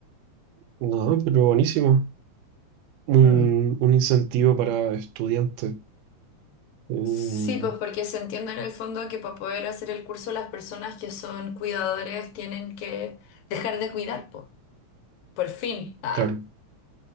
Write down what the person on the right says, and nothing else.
No, pero buenísimo. Un,
un incentivo para estudiantes. Eh,
claro.